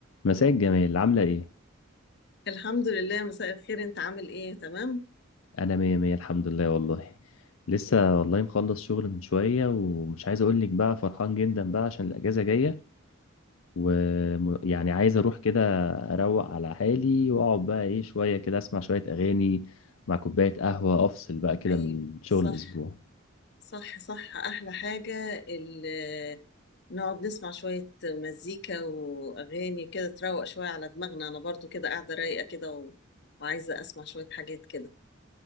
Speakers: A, on the left; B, on the left.
A: مساء الجمال عاملة ايه؟
B: الحمد لله مساء الخير انت عامل ايه تمام
A: أنا مية مية الحمد لله والله لسه والله مخلص شغل من شوية ومش عايز أقولك بقى فرحان جدا بقى عشان الأجازة جاية ويعني عايز أروح كده أروق على حالي وأقعد بقى ايه شوية كده أسمع شوية أغاني مع كوباية قهوة أفصل بقى كده
B: اي
A: من شغل
B: صح
A: الأسبوع
B: صح صح احلى حاجة ال- نقعد نسمع شوية مزيكا واغاني كده تروق شوية على دماغنا انا برضو كده قاعدة رايقة كده و... وعايزة اسمع شوية حاجات كده